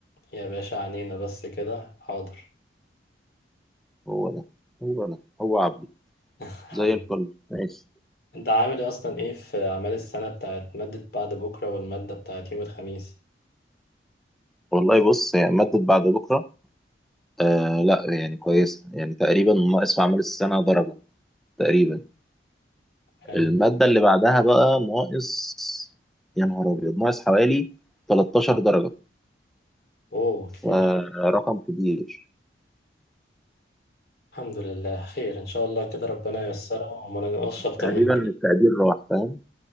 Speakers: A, on the left; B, in the centre.
A: يا باشا عنينا بس كده حاضر
B: هو ده هو ده هو عبده
A: <laughs> حبيبي
B: زي الفل ماشي
A: انت عامل ايه اصلا ايه في اعمال السنه بتاعت ماده بعد بكره والماده بتاعت يوم الخميس
B: والله بص هي ماده بعد بكره آه لا يعني كويسه يعني تقريبا ناقص في اعمال السنه درجه تقريبا
A: حلو
B: المادة اللي بعدها بقى ناقص يا نهار أبيض ناقص حوالي 13 درجة
A: اوه كتير
B: فرقم
A: أوي.
B: كبير
A: الحمد لله خير ان شاء الله كده ربنا ييسرها وما ننقصش اكتر
B: تقريبا
A: من كده
B: التقدير راح فاهم